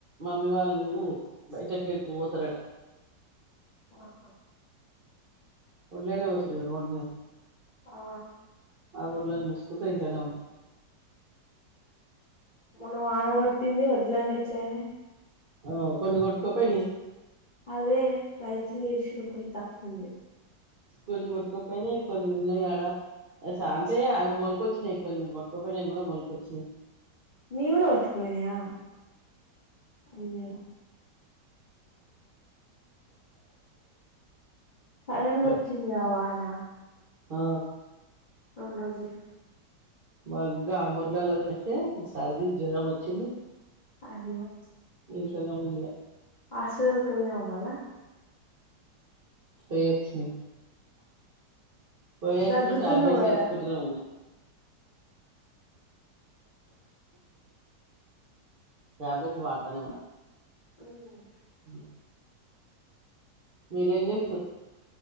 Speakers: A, on the right (about 70°); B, on the left (about 75°).
A: మమ్మీ వాళ్ళు బైట కీళ్ పోతర అటా
B: ఆహా.
A: ఒడ్లేనేే పోసిర్ కద రోడ్ మీద
B: ఆ.
A: ఆ ఒడ్ల ని చూస్కుక ఇంట్లోనే ఉన్న
B: మనం ఆడగొట్టింది వడ్లైననే ఎట్లయినే
A: ఆ కొన్ని గొట్కప్పయిని
B: అదే రైతుని ఇరుషుడు గీత అంది
A: కొన్ని వట్కుప్పైనే ఇ న అడా అస అంటే అమె మల్కొచ్చి ని కొెన్ని గొట్టుకునేకూడా మొలికొచ్చింది
B: నీవుగుడ ఉత్తుకున్నయా అయ్యో పడలు వచ్చింది
A: ఆ
B: అవన నా
A: ఆ
B: రెండు రోజులు
A: మగ్గా అమోదలాలాజస సార్ది జ్వరము వచ్చింది
B: అదిగో
A: ఇంట్లోనే ఉందిగ
B: హాస్పిటల్కి వెళ్ళినావు మళ్ళా
A: పోయి వచ్చిన పోయొచ్చిన
B: దగ్గుతున్నావు
A: టాబ్లెట్లు
B: కదా
A: వేసుకుంటూనే ఉన్నా ట్యాబ్లెట్లు వాడతానే ఉన్న
B: మ్
A: మ్మ్ మీరేం చేస్తారు